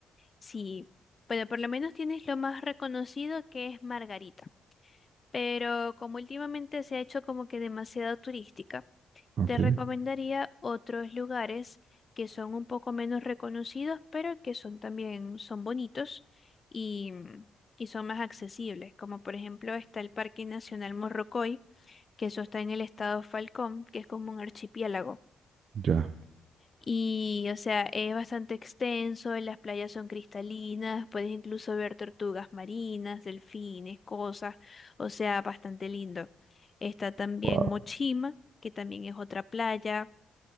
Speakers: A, on the left (about 40°); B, on the right (about 60°).
A: sí, bueno, por lo menos tienes lo más reconocido que es Margarita. Pero como últimamente se ha hecho como que demasiado turística.
B: Ok,
A: Te recomendaría otros lugares que son un poco menos reconocidos, pero que son también son bonitos y, mm, y son más accesibles, como por ejemplo está el Parque Nacional Morrocoy, que eso está en el estado Falcón, que es como un archipiélago.
B: ya.
A: Y, o sea, es bastante extenso, las playas son cristalinas, puedes incluso ver tortugas marinas, delfines, cosas, o sea, bastante lindo. Está también
B: Wow.
A: Mochima, que también es otra playa.